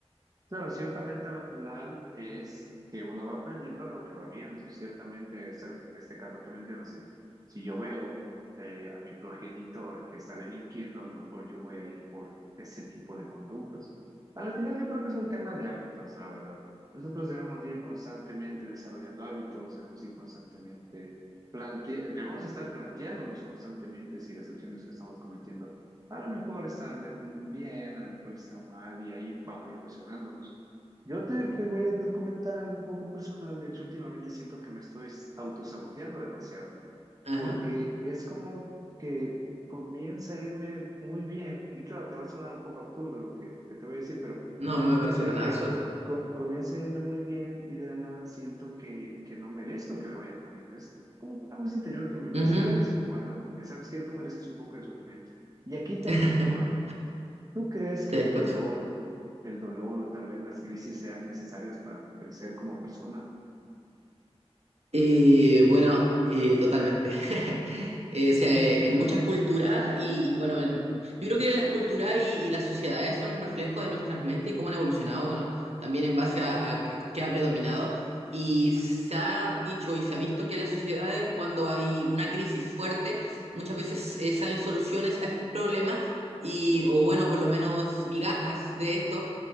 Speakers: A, on the right; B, on the right.
A: Claro, ciertamente la final es que uno va aprendiendo lo que va viendo. Ciertamente, este, este caso que mencionas, que si yo veo eh, a mi progenitor que está delinquiendo, a lo mejor yo voy a ir por ese tipo de conductas. Al final, yo creo que es un tema de hábitos, la verdad. Nosotros debemos ir constantemente desarrollando hábitos, debemos ir constantemente plante, debemos estar planteándonos constantemente si las acciones que estamos cometiendo a lo mejor están de- bien, a lo mejor están mal y ahí vamos a ir cuestionándonos. Yo te, te voy a documentar algo un poco personal. De hecho, últimamente siento que me estoy autosaboteando demasiado
B: Ajá.
A: porque es como que comienza a irme muy bien, y claro, te va a sonar un poco absurdo lo que, lo que te voy a decir, pero
B: No, no
A: yo
B: me parece
A: considero
B: para nada
A: que
B: absurdo.
A: co- comienza a irme muy bien y de la nada siento que, que no merezco que me vaya tan bien. Es como una voz interior que me menciona
B: Ujú.
A: de vez en cuando, como que sabes que tú mereces un poco de sufrimiento. Y aquí te
B: <laughs>
A: planteo algo. ¿Tú crees que
B: Te
A: el
B: escucho.
A: dolor, el dolor o tal vez las crisis sean necesarias para crecer como persona?
B: Eh, bueno, eh, totalmente. <laughs> Eh,
A: <laughs>
B: o sea, eh, en muchas culturas y bueno, en- yo creo que las culturas y, y las sociedades son un reflejo de nuestras mentes y cómo han evolucionado, bueno, también en base a, a- a qué ha predominado. Y se ha dicho y se ha visto que en las sociedades cuando hay una crisis fuerte, muchas veces eh, salen soluciones a estos problemas y, o bueno, por lo menos migajas de esto